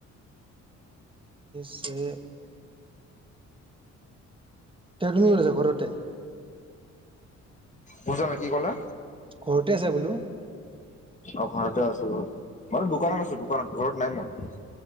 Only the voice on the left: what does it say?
বুজাবাই কি ক'লা
অ ঘৰতে আছো ঘ মইো দোকানত আছো দোকানত ঘৰত নাই মই